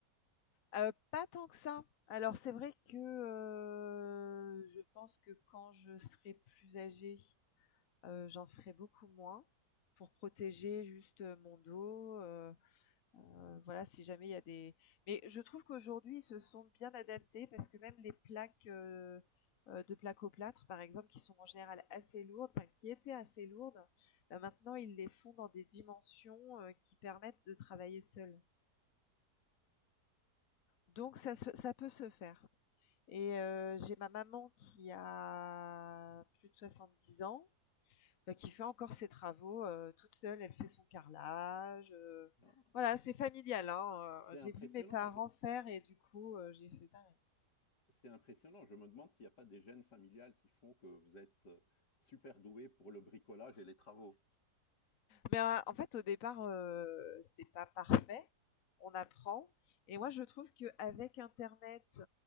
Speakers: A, on the left (about 60°); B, on the left (about 90°).
A: Euh, pas tant que ça. Alors c'est vrai que euh, je pense que quand je serai plus âgée, euh, j'en ferai beaucoup moins pour protéger juste euh, mon dos. euh, Heu, voilà, si jamais il y a des mais je trouve qu'aujourd'hui, ils se sont bien adaptés parce que même les plaques, heu heu, de plaques au plâtre, par exemple, qui sont en général assez lourdes, enfin qui étaient assez lourdes, bah, maintenant ils les font dans des dimensions, heu, qui permettent de travailler seul. Donc ça se ça peut se faire et heu, j'ai ma maman qui a plus de soixante dix ans bah, qui fait encore ses travaux euh, toute seule. Elle fait son carrelage. euh,
B: Non.
A: voilà, c'est familial. hein,
B: C'est
A: euh,
B: impressionnant.
A: j'ai vu mes parents faire et du coup, euh, j'ai fait pareil.
B: C'est impressionnant. Je me demande s'il n'y a pas des gènes familiales qui font que vous êtes euh, super doué pour le bricolage et les travaux.
A: Mais euh, en fait, au départ, euh, c'est pas parfait. On apprend. Et moi, je trouve qu'avec Internet